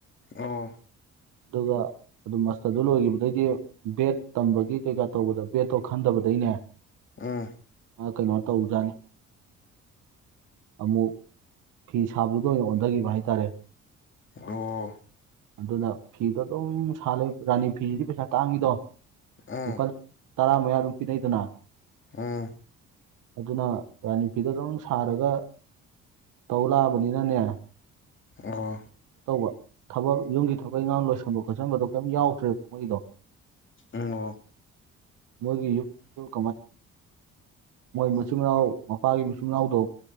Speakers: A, on the left; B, on the right.
A: ꯑꯣ
B: ꯑꯗꯨꯒ ꯑꯗꯨꯝ ꯃꯁꯇꯔꯗꯨ ꯂꯣꯏꯈꯤꯕꯩꯗꯤ ꯕꯦꯠ ꯇꯝꯕꯒꯤ ꯀꯩꯀꯥ ꯇꯧꯕꯗ ꯕꯦꯠꯇꯣ ꯈꯟꯗꯕꯗꯩꯅꯦ
A: ꯑ
B: ꯀꯩꯅꯣ ꯇꯧꯖꯥꯅꯤ ꯑꯃꯨꯛ ꯐꯤ ꯁꯥꯕꯗ ꯑꯣꯏꯅ ꯑꯣꯟꯊꯈꯤꯕ ꯍꯥꯏꯇꯥꯔꯦ
A: ꯑꯣ
B: ꯑꯗꯨꯅ ꯐꯤꯗꯣ ꯑꯗꯨꯝ ꯁꯥꯂꯦ ꯔꯥꯅꯤ ꯐꯤꯁꯤꯗꯤ ꯄꯩꯁꯥ ꯇꯥꯡꯉꯤꯗꯣ
A: ꯑꯝ
B: ꯂꯨꯄꯥ ꯇꯔꯥ ꯃꯌꯥ ꯑꯗꯨꯝ ꯄꯤꯅꯩꯗꯅ
A: ꯎꯝ
B: ꯑꯗꯨꯅ ꯔꯥ ꯅꯨ ꯐꯤꯗ ꯑꯗꯨꯝ ꯁꯥꯔꯒ ꯇꯧ ꯂꯥꯛꯑꯕꯅꯤꯅꯅꯦ
A: ꯑꯣ
B: ꯇꯧꯕ ꯊꯕꯛ ꯌꯨꯝꯒꯤ ꯊꯕꯛ ꯏꯪꯈꯥꯡ ꯂꯣꯏꯁꯟꯕ ꯈꯣꯠꯆꯟꯕꯗꯣ ꯀꯩꯝ ꯌꯥꯎꯗ꯭ꯔꯦꯕ ꯃꯣꯏꯗꯣ
A: ꯑꯣꯨꯡꯉꯣ
B: ꯃꯔꯒꯤ ꯌ ꯌ ꯀꯃꯥꯏ ꯃꯣꯏ ꯃꯆꯤꯟ ꯃꯅꯥꯎ ꯃꯄꯥꯒꯤ ꯃꯆꯤꯟ ꯃꯅꯥꯎꯗꯣ